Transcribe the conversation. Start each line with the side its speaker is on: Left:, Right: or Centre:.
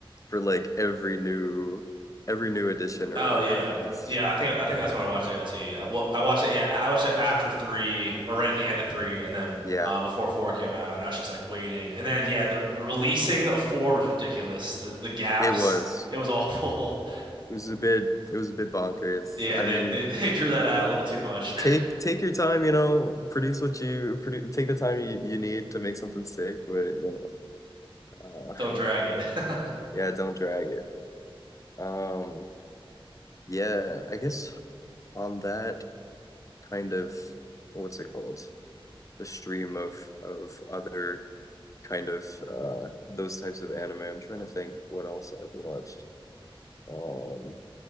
Left: for like every new every new edition or
Right: Oh
Left: whatever
Right: yeah,
Left: and it was
Right: yeah. I think I think that's when I watched AOT. I, well, I watched it. Yeah, I watched it after three or right at the end of three, and then
Left: yeah
Right: uh, before four came out, and I was just like waiting. And then yeah, the, releasing of four was ridiculous. The the gaps,
Left: it was
Right: it was awful. <laughs>
Left: it was a bit it was a bit bonkers
Right: Yeah,
Left: I
Right: they
Left: mean
Right: they, <laughs> they drew that out a little too much.
Left: take take your time, you know, produce what you produ take the time you, you need to make something sick, but you know,
Right: <laughs>
Left: uh,
Right: Don't drag it.
Left: yeah,
Right: <laughs>
Left: yeah, don't drag it. Um, yeah, I guess on that kind of what's it called? The stream of of other kind of uh those types of anime. I'm trying to think what else I've watched. Um,